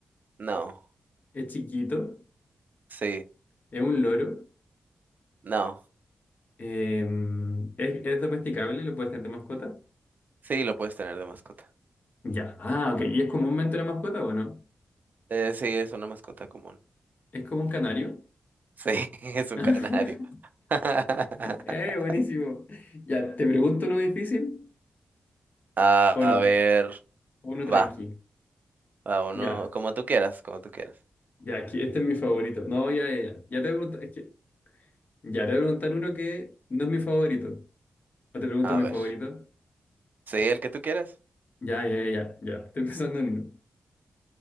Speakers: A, on the right (about 55°); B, on the left (about 55°).
A: no,
B: es chiquito,
A: sí,
B: es un loro,
A: no,
B: eh, es, es domesticable, lo puedes tener de mascota.
A: sí, lo puedes tener de mascota.
B: Ya, ah, ok, ¿y es comúnmente una mascota o no?
A: Eh, sí, es una mascota común.
B: ¿Es como un canario?
A: Sí, <laughs> es un
B: <laughs>
A: canario. <laughs>
B: Eh, buenísimo. Ya, ¿te pregunto uno difícil
A: A
B: o no?
A: a ver,
B: Uno tranqui.
A: va, va uno,
B: Ya.
A: como tú quieras, como tú quieras.
B: Ya, aquí, este es mi favorito. No, ya, ya, ya. Ya te voy a preguntar, es que, ya te voy a preguntar uno que no es mi favorito. ¿O te pregunto
A: A
B: mi
A: ver,
B: favorito?
A: sí, el que tú quieras.
B: Ya, ya, ya, ya. Estoy pensando en uno.